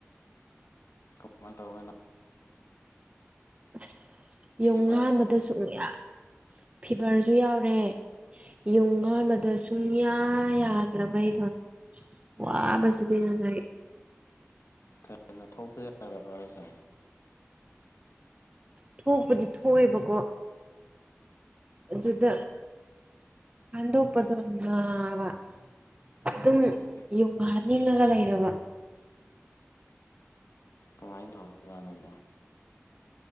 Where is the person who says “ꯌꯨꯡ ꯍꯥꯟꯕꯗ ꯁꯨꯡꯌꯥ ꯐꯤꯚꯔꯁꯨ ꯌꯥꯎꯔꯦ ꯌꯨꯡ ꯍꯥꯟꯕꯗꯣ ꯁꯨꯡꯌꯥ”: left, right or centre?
Right